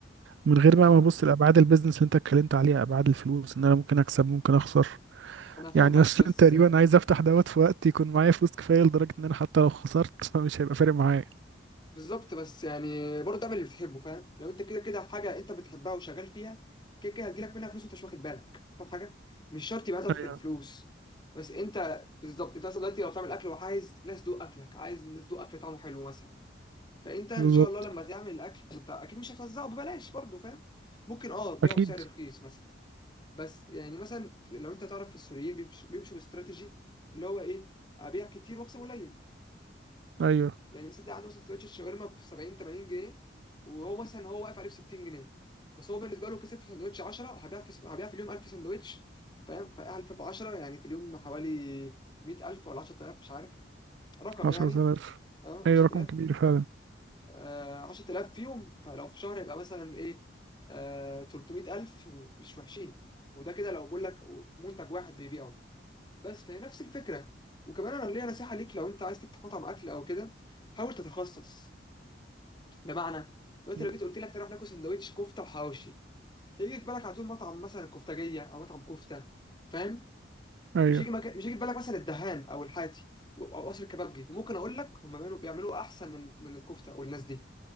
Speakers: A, on the right; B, on the left.
A: من غير
B: انا
A: بقى ما أبص لأبعاد البيزنس اللي أنت اتكلمت عليها أبعاد الفلوس إن أنا ممكن أكسب ممكن أخسر
B: انا فاهمك
A: يعني أصلا
B: بس
A: تقريبا عايز أفتح دوت في وقت يكون معايا فلوس كفاية لدرجة إن أنا حتى لو خسرت <laughs> فمش هيبقى فارق معايا
B: بالظبط بس يعني برضه اعمل اللي بتحبه فاهم لو انت كده كده في حاجه انت بتحبها وشغال فيها كده كده هتجيلك منها فلوس وانت مش واخد بالك فاهم حاجه مش شرط يبقى هدفك
A: ايوه
B: الفلوس بس انت بالظبط انت مثلا دلوقتي لو بتعمل اكل وعايز ناس تدوق اكلك عايز الناس تدوق اكل طعمه حلو مثلا فانت ان
A: بالظبط
B: شاء الله لما تعمل الاكل انت اكيد مش هتوزعه ببلاش برضه فاهم ممكن اه تبيعه
A: أكيد
B: بسعر رخيص مثلا بس يعني مثلا لو انت تعرف السوريين بيمشوا بيمشوا باستراتيجي اللي هو ايه ابيع كتير واكسب قليل
A: أيوه
B: يعني مثلا تلاقي عنده مثلا سندوتش الشاورما ب 70 80 جنيه وهو مثلا هو واقف عليه ب 60 جنيه بس هو بالنسبه له كسب في سندوتش 10 هبيع في هبيع في اليوم 1000 سندوتش فاهم ف 1000 في 10 يعني في اليوم حوالي 100000 ولا 10000 مش عارف رقم
A: عشرة
B: يعني
A: آلاف
B: اه
A: أي
B: 10000
A: رقم كبير فعلا
B: آه 10000 في يوم فلو في شهر يبقى مثلا ايه آه 300000 مش وحشين وده كده لو بقول لك منتج واحد بيبيعه بس فهي نفس الفكره وكمان انا ليا نصيحه ليك لو انت عايز تفتح مطعم اكل او كده حاول تتخصص بمعنى دلوقتي
A: مم.
B: لو جيت قلت لك تروح ناكل سندوتش كفته وحواوشي هيجي في بالك على طول مطعم مثلا كفتاجيه او مطعم كفته فاهم
A: أيوة
B: مش هيجي مكان مش هيجي في بالك مثلا الدهان او الحاتي و- او قصر الكبابجي ممكن اقول لك هم بيعملوا بيعملوا احسن من من الكفته والناس دي